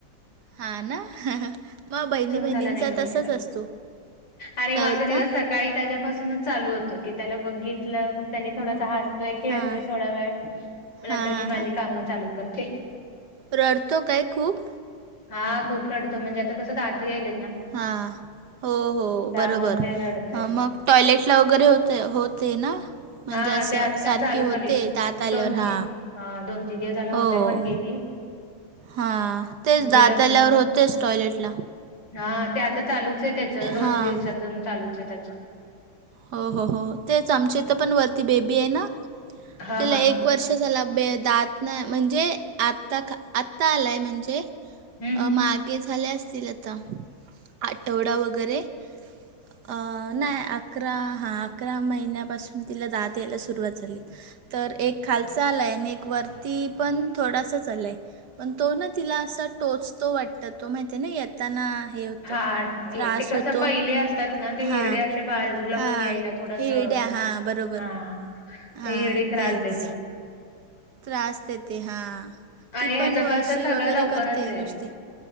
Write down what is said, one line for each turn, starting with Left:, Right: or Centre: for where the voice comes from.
Right: हां ना मग बहिणी बहिणींचा
Left: त्याला नाही बघितलं
Right: तसाच असतो.
Left: आणि
Right: काय
Left: माझा
Right: बोलता
Left: दिवस सग काळी त्याच्यापासूनच चालू होतो की त्याला बघितलं मग त्यानी थोडासा ह. य खेळतोय
Right: हां
Left: थोडा वेळ नंतर
Right: हां हां
Left: मी
Right: हां
Left: माझी कामं चालू करते.
Right: रडतो काय खूप
Left: हा खूप रडतो म्हणजे आता कसं दात्र येईल.
Right: हा हो हो
Left: त्यामुळे
Right: बरोबर
Left: ते रडतंय.
Right: मग टॉयलेटला वगैरे होते होते ना. म्हणजे
Left: हा
Right: असं
Left: ते आत्ता
Right: सारखी
Left: चालू
Right: होते
Left: झाले.
Right: दात आल्यावर
Left: दोन
Right: हा
Left: तीन हा दोन तीन दिवस झालं होतंय
Right: हो.
Left: म्हणतीये ती.
Right: हा तेच
Left: तिला
Right: दात
Left: म्हटलं
Right: आल्यावर होतेच टॉयलेट ला
Left: हा ते आता चालूच आहे त्याच रोज
Right: हां
Left: दिवसातून चालूच आहे त्याच.
Right: हो हो हो तेच आमच्या इ तर पण वरती बेबी आहे ना
Left: हा
Right: तिला
Left: हा
Right: एक एक वर्ष झाला बे दातन म्हणजे आत्ता ख आत्ता आलाय म्हणजे
Left: हम्म हम्म
Right: मागे झाले असतील. आ आठवडा वगैरे नाही आ. अकरा हा अकरा महिन्यापासून तिला दात यायला सुरुवात झाली. तर एक खालचा आलाय, आणि एक वरती पण थोडासाच आलाय. पण तो ना तिला असा, टोचतो वाटत तो माहिती आहे ना येताना. हे होतो
Left: हा,
Right: त्रास
Left: ते कस
Right: होतो
Left: पहिले असतात ना, ते
Right: हां
Left: हिरडे अस ते बाजूला
Right: हां
Left: होऊन यायला थोडस,
Right: हिरड्या हां बरोबर
Left: हा
Right: हां
Left: ते हिरडी त्रास
Right: तेच
Left: देतात.
Right: त्रास देत हां.
Left: आणि
Right: ती
Left: ह्याच
Right: पण वशी
Left: कस सगळं
Right: वगैरे
Left: लवकरच
Right: करते
Left: आहे.
Right: नुसती